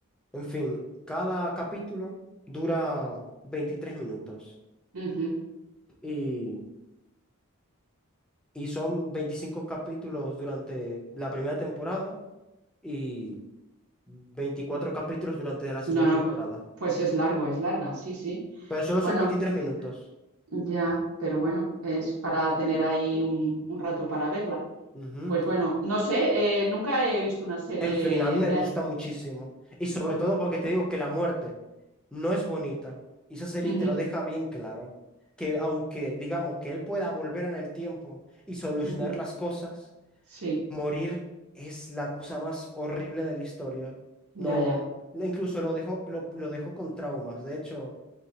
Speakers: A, in the centre; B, on the right.
A: en fin, cada capítulo dura 23 minutos.
B: Ujú.
A: Y, y son 25 capítulos durante la primera temporada. Y 24 capítulos durante la segunda
B: No, no,
A: temporada.
B: pues es largo, es larga, sí, sí.
A: Pero solo
B: Bueno,
A: son 23 minutos.
B: ya, pero bueno, es para tener ahí un, un rato para verla.
A: Ujú.
B: Pues bueno, no sé, eh, nunca he visto una serie
A: En fin, a mí me
B: de...
A: gusta
B: an-
A: muchísimo. Y
B: Bueno,
A: sobre todo porque te digo que la muerte no es bonita. Y esa serie
B: <laughs> ujú,
A: te lo deja bien claro. Que aunque digamos que él pueda volver en el tiempo y solucionar
B: ujú,
A: las cosas,
B: sí,
A: morir es la cosa más horrible de la historia.
B: ya,
A: No,
B: ya.
A: incluso lo dejó, lo, lo dejó con traumas. De hecho,